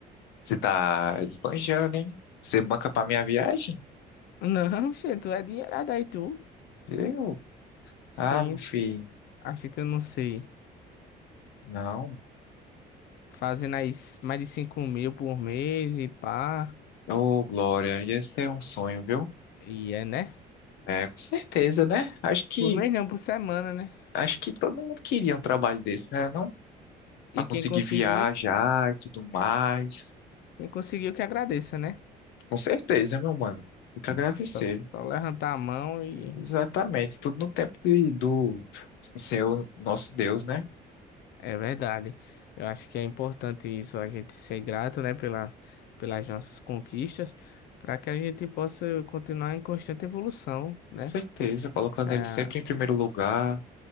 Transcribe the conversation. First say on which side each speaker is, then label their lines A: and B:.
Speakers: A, on the left; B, on the left.
A: Você tá esbanjando, hein? Você banca pra minha viagem?
B: <laughs> Não, gente, tu é dinheirada aí, tu.
A: Eu?
B: Sim,
A: Ah, meu filho,
B: acho que eu não sei.
A: não.
B: Fazendo aí mais de cinco mil por mês e pá.
A: Ô, Glória, ia ser um sonho, viu?
B: E é, né?
A: É, com certeza, né? Acho que,
B: Por mês não, por semana, né?
A: acho que todo mundo queria um trabalho desse, né? Não?
B: E
A: Pra conseguir
B: quem conseguiu,
A: viajar e tudo mais.
B: quem conseguiu que agradeça, né?
A: Com certeza, meu mano. Fica agradecer.
B: Só, só levantar a mão e.
A: Exatamente. Tudo no tempo de, do Senhor, nosso Deus, né?
B: É verdade. Eu acho que é importante isso, a gente ser grato, né, pela, pelas nossas conquistas, para que a gente possa continuar em constante evolução, né?
A: Com certeza, colocando
B: Que a-
A: ele sempre em primeiro lugar,